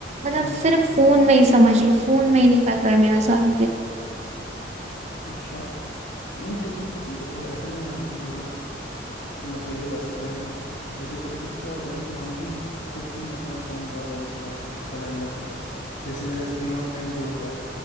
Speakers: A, on the right; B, on the left.
A: मतलब
B: हम्म
A: सिर्फ फोन में ही समझ लो फोन में ही निकल रहा है मेरा सारा दिन
B: अच्छा नहीं देखो देखो ऐसा नहीं है आकृति कि मतलब तुम अकेले हो ऐसा तो है नहीं जैसे कभी कभी क्या होता है ना कि हम भी खुद भी मतलब हम फोन बहुत ज्यादा चला चलाने लगते हैं जैसे मेरा स्क्रीन ऑन टाइम जो होता है